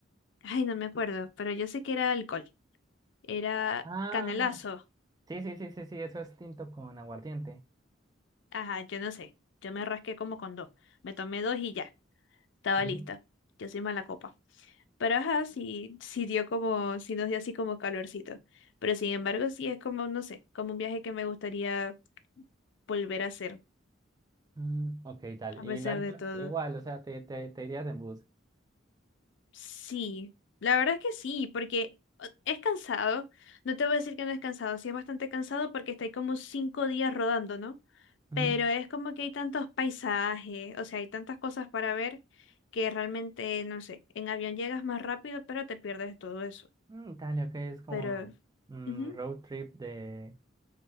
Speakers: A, on the left (about 70°); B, on the right (about 20°).
A: ay, no me acuerdo, pero yo sé que era alcohol, era
B: Ah,
A: canelazo.
B: sí, sí, sí, sí, sí, eso es tinto con aguardiente.
A: Ajá, yo no sé. Yo me rasqué como con dos. Me tomé dos y ya. Estaba
B: Ujú.
A: lista. Yo soy mala copa. Pero ajá, sí, sí dio como, sí nos dio así como calorcito. Pero sin embargo, sí es como, no sé, como un viaje que me gustaría volver a hacer,
B: Mm, ok, dale.
A: a pesar
B: Y lo harías
A: de todo.
B: igual, o sea, te, te, te irías en bus.
A: Sí, la verdad es que sí, porque o- es cansado. No te voy a decir que no es cansado, sí es bastante cansado porque estáis como cinco días rodando, ¿no?
B: Ujú.
A: Pero es como que hay tantos paisajes, o sea, hay tantas cosas para ver que realmente, no sé, en avión llegas más rápido, pero te pierdes todo eso.
B: Mm, dale, ok, es como
A: Pero,
B: mm,
A: ujú,
B: road trip de...